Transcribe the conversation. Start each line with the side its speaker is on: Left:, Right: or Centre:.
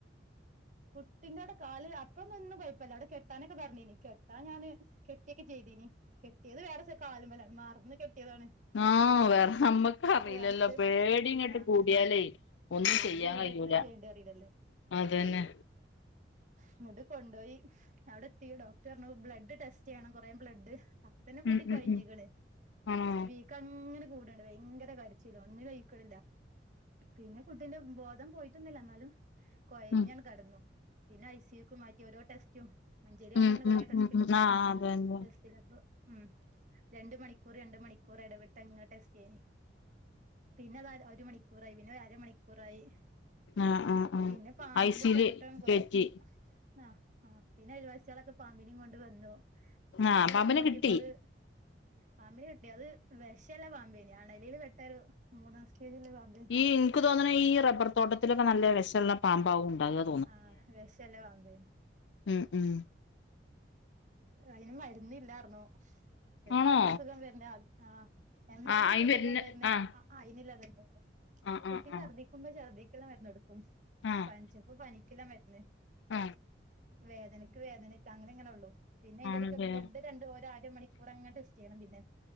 Right: കുട്ടിന്റെ അവിടെ കാല് അപ്പൊ ഒന്ന് ഒന്നും കുഴപ്പമില്ല അവിടെ കെട്ടാനൊക്കെ പറഞ്ഞീനി കെട്ടാൻ ഞാന് കെട്ടിയൊക്കെ ചെയ്തീനി കെട്ടിയത് വേറെ കാലിമ്മ ലാണ് മറന്ന് കെട്ടിയതാണ്
Left: ആഹ്
Right: അറിയില്ലല്ലോ
Left: വേറെ നമ്മക്ക് അറിയില്ലല്ലോ
Right: വെറച്ച്
Left: പേടി
Right: ആഹ്
Left: ഇങ്ങട്ട് കൂടിയാലേ ഒന്നും
Right: പേടി
Left: ചെയ്യാൻ
Right: കൂടി
Left: കഴിയൂല
Right: എത്താ ചെയ്യണ്ടേ അറിയില്ലല്ലോ
Left: അത് തന്നെ
Right: ഇന്നട്ട് കൊണ്ടുപോയി അവിടെ എത്തി ഡോക്ടർ പറഞ്ഞു ബ്ലഡ് ടെസ്റ്റ് ചെയ്യണം കൊറേ ബ്ലഡ് അപ്പത്തന്നെ കുട്ടി
Left: ഉം
Right: കൊഴഞ്ഞ്ക്ക്ണ്
Left: ഉം ഉം ആണോ
Right: വീക്കം അങ്ങനെ കൂടാണ് ഭയങ്കര കരച്ചിലും ഒന്നിനും അയ ക്കണില്ല പിന്നെ കുട്ടിന്റെ ബോധം പോയിട്ടൊന്നില്ല എന്നാലും കൊഴഞ്ഞങ്ങനെ
Left: ഉം
Right: കെടന്നു പിന്നെ ഐ സി യുക്ക് മാറ്റി ഓരോ ടെസ്റ്റും മഞ്ചേരി ആകുമ്പോ
Left: ഉം
Right: അങ്ങനെ കൊറേ
Left: ഉം
Right: ടെസ്റ്റ്
Left: ഉം
Right: ഉണ്ടാവല്ലോ
Left: ഉം ആഹ് അതന്നെ
Right: ടെസ്റ്റ് ചിലപ്പോ ഉം രണ്ട് മണിക്കൂർ രണ്ട് മണിക്കൂർ ഇടവിട്ട് അങ്ങനെ ടെസ്റ്റെയ്നി പിന്നെ അത് ഒരു മണിക്കൂറായി പിന്നെ അര മണിക്കൂർ മണിക്കൂറായി
Left: ആഹ് ആഹ് ആഹ്
Right: പിന്നെ പാമ്പിന്റെ
Left: ഐ സി യുല്
Right: ഫോട്ടോ കൊടുത്തു
Left: കേറ്റി
Right: <unintelligible> ആ ആ പിന്നെ അയ ൽവാസികളൊക്കെ പാമ്പിനിംകൊണ്ട് വന്നു പാമ്പിനെ
Left: ആഹ്
Right: കൊട്ന്ന് നോക്കിയപ്പോ
Left: കിട്ടി
Right: അത് പാമ്പിനെ കിട്ടി അത് വിഷള്ള പാമ്പെ യ്നി അണലിയിൽ പെട്ട ഒരു മൂന്നാം സ്റ്റേജുള്ള പാമ്പെയ്നി
Left: ഈ എനിക്ക് തോന്നുന്നത് ഈ റബ്ബർ തോട്ടത്തിലൊക്കെ നല്ല വിശമുള്ള പാമ്പാവും ഉണ്ടാവുക
Right: ആഹ് വിഷള്ള പാമ്പെയ്ന്
Left: ഉം ഉം
Right: അയിന് മരുന്നില്ലർഞ്ഞു എന്താണോ
Left: ആണോ
Right: അസുഖം വരുന്നെ ആഹ് എന്താണോ
Left: ആഹ് അയിന്
Right: അസുഖം
Left: വരുന്ന
Right: വരുന്നെ
Left: ആഹ്
Right: അയിനില്ല <unintelligible>
Left: ആഹ്
Right: കുട്ടി
Left: ആഹ് ആഹ്
Right: ഛർദ്ദിക്കുമ്പോ ഛർദ്ദിക്കുള്ള മരുന്ന് <unintelligible>
Left: ആഹ്
Right: പനിച്ചപ്പോ പനിക്കുള്ള മരുന്ന്
Left: ആഹ്
Right: വേദനക്ക് വേദന അങ്ങനെ ഇങ്ങനെ ഉള്ളു പിന്നെ അതിന്റെടുക്കെ
Left: ആണ്ല്ലേ
Right: ബ്ലഡ് രണ്ട് ഒരരമണിക്കൂർ അങ്ങനെ ടെസ്റ്റ് ചെയ്യണം പിന്നെ